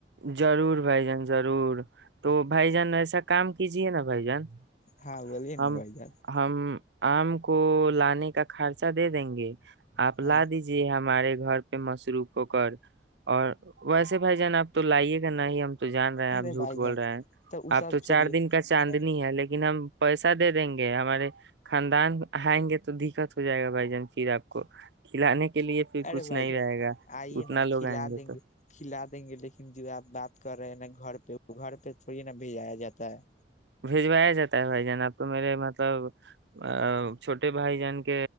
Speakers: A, on the right; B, on the left.
A: ضرور بھائی جان ضرور تو بھائی جان ایسا کام کیجیے نا بھائی جان <inaudible>
B: ہاں بلیے
A: ہم
B: ن بھائی جان <inaudible>
A: ہم آم کو لانے کا خرچہ دے دیں گے <unintelligible> آپ لا
B: ہاں
A: دیجیے ہمارے <unintelligible> گھر پہ مصروف ہو کر اور ویسے بھائی جان آپ تو لائیے گا ن ہی ہم <inaudible> تو جان رہے ہیں
B: ارے
A: آپ جھوٹ
B: بھائی
A: بول
B: جان
A: رہے ہیں
B: وہ
A: آپ
B: سب
A: تو
B: چھوڑیے
A: چار دن کا چاندنی
B: میں نے
A: ہے لیکن ہم <inaudible> پیسہ دے دیں گے ہمارے خاندان آئیں گے تو دقت ہو جائے گا بھائی جان پھر آپ کو کھلانے <inaudible>
B: ارے
A: کچھ
B: بھائی
A: نہیں
B: جان
A: رہے گا
B: آئیے
A: اتنا
B: نا
A: لوگ
B: کھلا
A: آئیں
B: دیں
A: تو
B: گے کھلا دیں گے لیکن جو آپ بات کر رہے ہیں نا <unintelligible> گھر پہ وہ گھر پہ تھوڑی نا بھیجایا جاتا ہے <inaudible>
A: بھیھجوایا جاتا ہے بھائی جان آپ تو میرے م <unintelligible> مطلب ا
B: ہے
A: چھوٹے بھائی جان کے